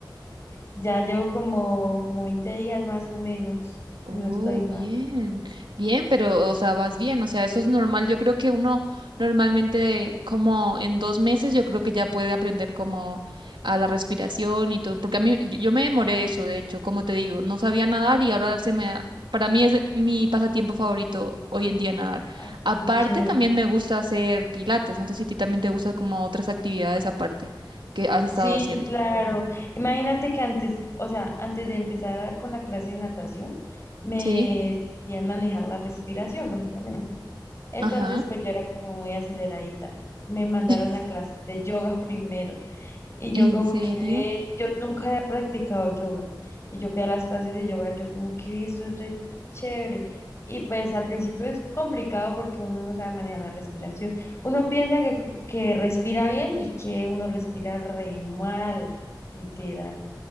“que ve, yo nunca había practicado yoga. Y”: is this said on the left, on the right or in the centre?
Left